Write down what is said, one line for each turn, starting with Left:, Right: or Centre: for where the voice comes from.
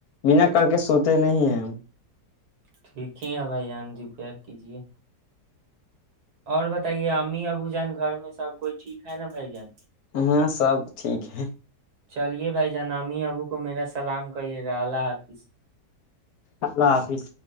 Left: بنا کر کے سوتے نہیں ہیں
Right: ٹھیک ہی ہے بھائی جان دییپ پیر کیجیے اور بتائیے ہم ممی ابو جان گھر میں سب کوئی ٹھیک ہے نا بھائی جان
Left: ہاں سب ٹھیک ہے
Right: چلیے بھائی جناامی ابو کو میرا سلام کریے گا اللہ حافظ
Left: اللہ حافظ